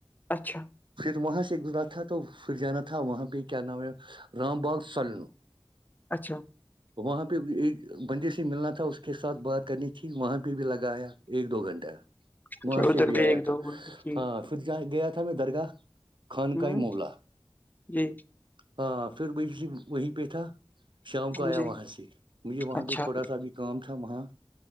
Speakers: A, on the left; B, on the right.
A: اچھا
B: پھر وہاں سے گزرا تھا تو پھر جانا تھا وہاں پہ کیا نام ہے رام باغ سال نو
A: اچھا
B: وہاں پہ ایک بندے سے ملنا تھا اس کے ساتھ بات کرنی تھی وہاں پہ بھی لگا آیا ایک دو گھنٹہ
A: اچھا
B: وہاں
A: ادھر
B: سے بھی آیا
A: ایک
B: تھا
A: دو جی
B: ہاں گیا تھا میں درگاہ خانہ
A: ہ
B: مولا
A: جی
B: ہاں پھر بی وہیں پہ تھا شام کو آیا
A: جی
B: وہاں سے مجھے وہاں
A: اچھا
B: پہ تھوڑا سا ابھی کام تھا وہاں